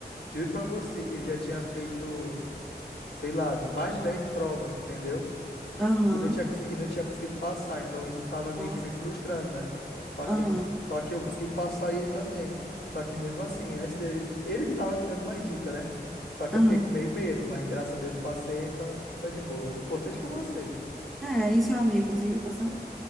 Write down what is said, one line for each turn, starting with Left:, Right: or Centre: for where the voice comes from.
Left: juro pra você, ele já tinha feito. sei lá, mais de 10 provas, entendeu?
Centre: Aham,
Left: E não tinha, cons- e não tinha conseguido passar, então isso tava meio
Centre: Nossa,
Left: que me frustrando, né? Só
Centre: aham,
Left: que, só que eu consegui passar e ele também. Só que mesmo assim, antes dele, ele que tava me dando mais dica, né? Só que
Centre: aham.
Left: eu fiquei com meio medo, mas graças a Deus passei, então tá de boa. O importante é que eu passei.
Centre: É, e seu amigo conseguiu passar?